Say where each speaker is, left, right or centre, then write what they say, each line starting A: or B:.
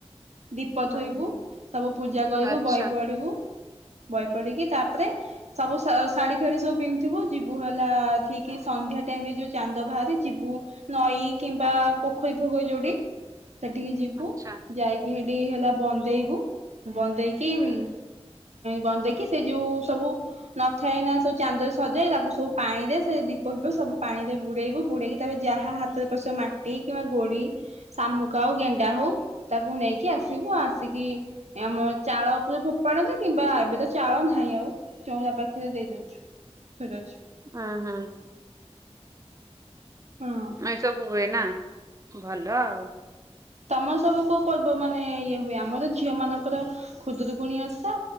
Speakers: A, on the right; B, on the right.
A: ଦୀପ
B: ହୁଁ
A: ଥୋଇବୁ।
B: ହୁଁ
A: ସବୁ ପୂଜା କରିବୁ
B: ଆଚ୍ଛା
A: ବହି ପଢିବୁ। ବହି ପଢିକି ତାପରେ ସବୁ ଶାଢୀ ଫାଢୀ ସବୁ ପିନ୍ଧିଥିବୁ ଯିବୁ ହେଲା ଠିକ୍ ସନ୍ଧ୍ୟା ଯୋଉ ଚାନ୍ଦ ବାହାରେ ଯିବୁ ନଈ କିମ୍ବା ପୋଖରୀ ଫୋଖରି ଯୋଉଠି ସେଠିକି ଯିବୁ
B: ଆଚ୍ଛା
A: ଯାଇକି ହେଠି ହେଲା ବନ୍ଦେଇବୁ। ବନ୍ଦେଇକି ଉଁ ବନ୍ଦେଇକି ସେ ଯୋଉ ସବୁ ନଥାଏ ନା ସବୁ ଚାନ୍ଦରେ ସଜାଏ ତାକୁ ସବୁ ପାଣିରେ ସେ ଦୀପ ଫିପ ସବୁ ପାଣିରେ ବୁଡେଇବୁ ବୁଡେଇକି ତା ଯାହା ହାତରେ ପଶିବ ମାଟି କିମ୍ବା ଗୋଡି ସା ମୁକା ହଉ ଗେଣ୍ଡା ହଉ ତାକୁ ନେଇକି ଆସିବୁ ଆସିକି ଆମ ଚାଳ ଉପରେ ଫୋପାଡ଼ନ୍ତି। କିମ୍ବା ଏବେ ତ ଚାଳ ନାହିଁ। ଆଉ ଚଉରା ପାଖରେ ଦେଇ ଦଉଚୁ ଧୋଇଦଉଚୁ।
B: ହୁଁ ହୁଁ।
A: ହଁ
B: ଏସବୁ ହୁଏ ନା ଭଲ ଆଉ।
A: ତମ ସବୁ କୋଉ ପର୍ବ ମାନେ ମାନେ ଇଏ ହୁଏ। ଆମର ଝିଅ ମାନଙ୍କର ଖୁଦୁରୁକୁୁଣି ଓଷା